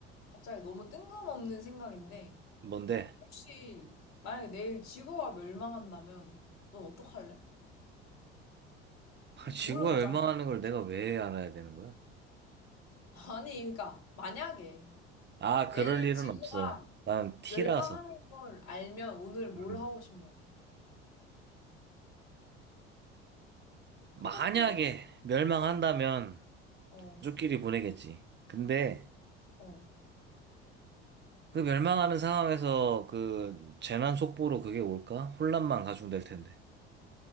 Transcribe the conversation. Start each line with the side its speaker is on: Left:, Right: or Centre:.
Left: 갑자기 너무 뜬금없는 생각인데,
Right: 뭔데?
Left: 혹시 만약에 내일 지구가 멸망한다면, 넌 어떡할래?
Right: 아,
Left: 뭐-
Right: 지구가
Left: 뭘 가장
Right: 멸망하는
Left: 하고 싶어?
Right: 걸
Left: <laughs>
Right: 내가 왜 알아야 되는 거야?
Left: 아니, 그러니까, 만약에
Right: 아,
Left: 내일
Right: 그럴 일은
Left: 지구가
Right: 없어. 난 T라서.
Left: 멸망하는 걸 알면 오늘 뭘
Right: 음.
Left: 하고 싶냐고.
Right: 만약에
Left: 하고 싶은 게 없어?
Right: 멸망한다면
Left: 어,
Right: 가족끼리 보내겠지. 근데
Left: 어.
Right: 그 멸망하는 상황에서 그 재난 속보로 그게 올까? 혼란만 가중될 텐데.